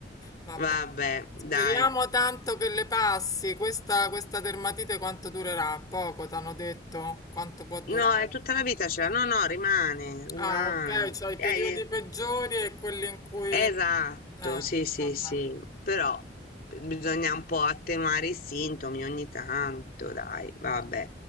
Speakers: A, on the left; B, on the left.
A: Vabbè.
B: Vabbè,
A: Speriamo
B: dai.
A: tanto che le passi. Questa, questa dermatite quanto durerà? Poco, t'hanno detto? Quanto può durare?
B: No, è tutta la vita ce l'ha. No, no, rimane, rimane.
A: Ah, ok, c'hai i
B: Eh,
A: periodi peggiori e quelli in cui...
B: esatto,
A: Eh,
B: sì, sì,
A: vabbè.
B: sì. Però bisogna un po' attenuare i sintomi ogni tanto, dai, vabbè.
A: Mm,